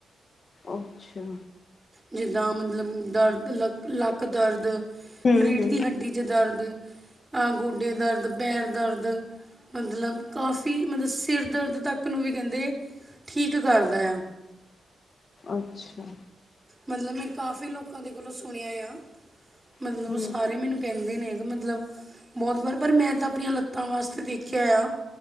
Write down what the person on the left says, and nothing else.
ਅੱਛਾ।
ਹਮ
ਹਮ
ਅੱਛਾ
ਹੂੰ।